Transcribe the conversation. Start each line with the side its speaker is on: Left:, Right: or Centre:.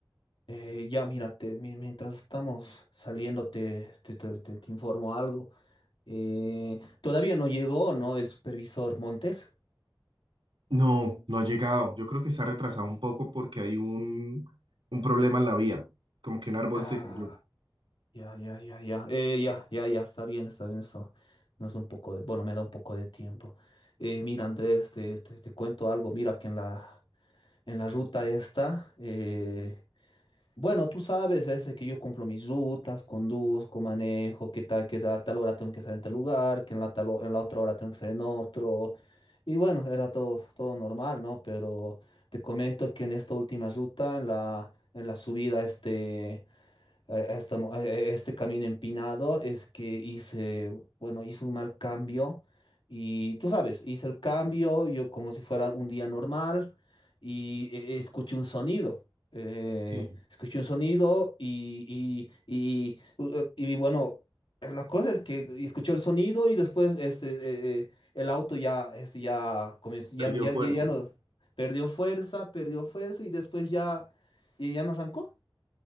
Left: Eh, ya, mira, te- mi- mientras estamos saliendo te, te, te- te- te informo algo. Eh, todavía no llegó, ¿no? El supervisor Montes.
Right: No, no ha llegado. Yo creo que se ha retrasado un poco porque hay un, un problema en la vía. Como que un árbol
Left: Ah,
Right: se cayó.
Left: ya, ya, ya, ya. Eh, ya, ya, ya, está bien, está bien eso. Nos da un poco de, bueno, me da un poco de tiempo. Eh, mira Andrés, te, te- te cuento algo. Mira que en la, en la ruta esta... eh, Bueno, tú sabes, es que yo cumplo mis rutas, conduzco, manejo, que tal, que a tal hora tengo que estar en tal lugar, que en la, tal, ho- en la otra hora tengo que estar en otro. Y bueno, era todo, todo normal, ¿no? Pero te comento que en esta última ruta, en la, en la subida, este a, esta mo- a- e- este camino empinado es que hice, bueno, hice un mal cambio y tú sabes, hice el cambio yo como si fuera un día normal y eh, escuché un sonido. eh,
Right: Sí,
Left: escuché un sonido y, y, y, u- eh, y bueno, la cosa es que escuché el sonido y después este, eh, eh, el auto ya, este, ya comenzó,
Right: perdió
Left: ya, no- ya,
Right: fuerza.
Left: ya ya no, perdió fuerza, perdió fuerza y después ya, ya ya no arrancó.